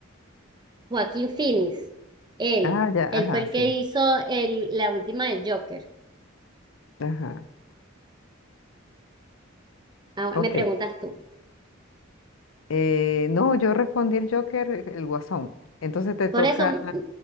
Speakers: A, on the right; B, on the left.
A: Joaquín Phoenix, él,
B: ah, ya,
A: él
B: ajá,
A: fue el
B: sí,
A: que hizo el, la última del Joker.
B: ajá,
A: Ahora
B: ok.
A: me preguntas tú.
B: Eh, no, yo respondí el Joker, eh, el Guasón. Entonces te
A: Por
B: toca...
A: eso, mm,